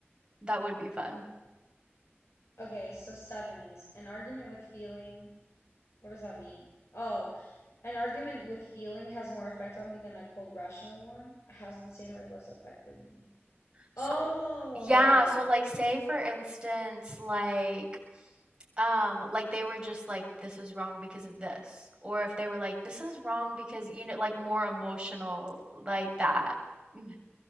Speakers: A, on the right; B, on the left.
A: That would be fun.
B: Okay, so seven is an argument with feeling. What does that mean? Oh, an argument with feeling has more effect on me than a cold rational one. Has the same or less effect in me.
A: So,
B: Oh,
A: yeah, so like say for instance, like um like they were just like this is wrong because of this or if they were like this is wrong because you know like more emotional like that. <laughs>